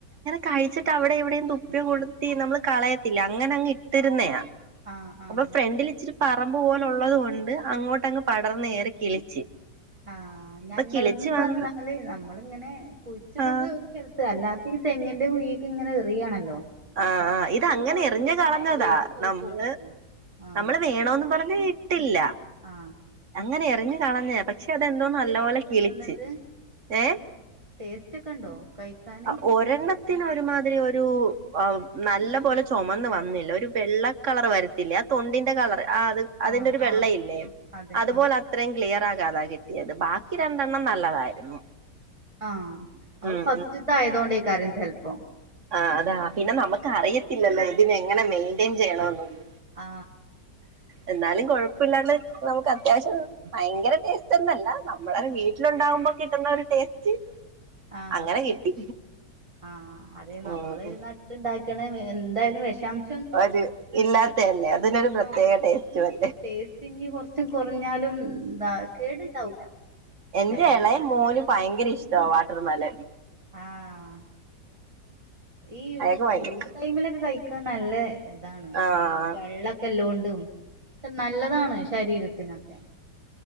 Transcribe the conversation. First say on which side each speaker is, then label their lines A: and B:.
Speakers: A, on the right; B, on the right.
A: കഴിച്ചിട്ട് അവ്ടെ ഇവ്ടെയും തുപ്പി കൊട്ത്തി നമ്മള് കളയത്തില്ല അങ്ങനെ അങ്ങ് ഇട്ടിരുന്നെയാ
B: ആഹ് ആഹ്
A: അപ്പോൾ ഫ്രണ്ടിൽ ഇച്ചിരി പറമ്പ് പോലുള്ളത് കൊണ്ട് അങ്ങോട്ടങ്ങ് പടർന്ന് കേറി കിളിച്ച്
B: ആ ഞങ്ങൾത്
A: അപ്പൊ കിളിച്ച്
B: ന്ന്
A: വന്ന്
B: പർഞ്ഞാല് നമ്മളിങ്ങനെ കുഴി <unintelligible> ന്നത്
A: ആഹ്
B: ഒരു സ്ഥലത്ത് അല്ലാത്തെ ഈ തെങ്ങിന്റെ കുഴീക്ക് ഇങ്ങനെ എറിയാണല്ലോ
A: ആ
B: അപ്പൊ അവിടെ
A: ആ ഇതങ്ങനെ
B: ഇങ്ങനെ ഇതാവുമ്പോ
A: എറിഞ്ഞ്
B: പിന്നെ
A: കളഞ്ഞതാ
B: വേസ്റ്റ് ആയി
A: നമ്മള്
B: പോവാണ് ആഹ്
A: നമ്മൾ വേണോന്ന് പറഞ്ഞ് ഇട്ടില്ല
B: ആഹ്
A: അങ്ങനെ എറിഞ്ഞ് കളഞ്ഞെയാ പക് പക്ഷെ അതെന്തോ നല്ല
B: ടേസ്റ്റ്
A: പോലെ
B: ഒക്കെ
A: കിളിച്ച്
B: ഉണ്ടോ എന്നിട്ട്
A: ഏ
B: ടേസ്റ്റ് ഒക്കെ ഉണ്ടോ കഴിക്കാന്
A: ആ ഒരെണ്ണത്തിന് ഒരുമാതിരി ഒരു ഒരു <unintelligible> നല്ല പോലെ ചൊമന്ന് വന്നില്ല ഒരു വെള്ള കളർ വരത്തില്ലെ ആ തൊണ്ടിന്റെ കളർ ആ അത് അതിന്റെ
B: ആഹ്
A: ഒരു വെള്ളയില്ലേ
B: ആഹ് അതെ
A: അതുപോലെ
B: ആഹ്
A: അത്രയും ക്ലിയർ ആ ക്ക് അതാ കിട്ടിയത് ബാക്കി രണ്ടെണ്ണം നല്ലതായിരുന്നു
B: ആ അതും
A: ഉം
B: ഫസ്റ്റ്ത്തെ ആയതോണ്ടെയ്ക്കാരം ചെൽപ്പം
A: ആ അതാ പിന്നെ നമ്മക്ക് അറിയത്തില്ലല്ലോ ഇതിനെ എങ്ങനെ മെയിൻന്റെയിൻ ചെയ്യണമെന്നൊന്നും
B: ആ
A: എന്നാലും കൊഴപ്പ ഇല്ലാണ്ട് നമുക്ക് അത്യാവശ്യം ഭയങ്കര ടേസ്റ്റ് എന്ന അല്ല നമ്മൾ ഒരു വീട്ടിൽ ഒണ്ടാ ണ്ടാവുമ്പോ കിട്ടുന്ന ഒരു ടേസ്റ്റ്
B: ആഹ്
A: അങ്ങനെ കിട്ടി
B: ആഹ് അതെ
A: ഉം
B: നമ്മൾ
A: ഉം
B: നട്ട് ഇണ്ടാക്കണ എന്തായാലും വെഷാശം
A: ഒരു ഇല്ലാത്ത അല്ലേ അതിനൊരു പ്രത്യേക
B: ആഹ്
A: ടേസ്റ്റുവല്ലേ
B: ടേസ്റ്റ് ഇഞ്ഞ് കൊറച്ചും കുറഞ്ഞാലും എന്താ കേടുണ്ടാവൂല
A: എന്റെ
B: ശരീരത്തിന്
A: എളയ മോന്
B: നല്ലത്
A: ഭയങ്കര ഇഷ്ടവാ വാട്ടർമെലൻ
B: ആഹ് ഈ
A: അയാക്ക് ഭയങ്കര
B: ചൂട് ടൈമിലൊക്കെ കഴിക്കാൻ നല്ല ഇതാണ്
A: ആഹ്
B: ഈ വെള്ളൊക്കെ ഇല്ലോണ്ടും നല്ലതാണ് ശരീരത്തിനൊക്കെ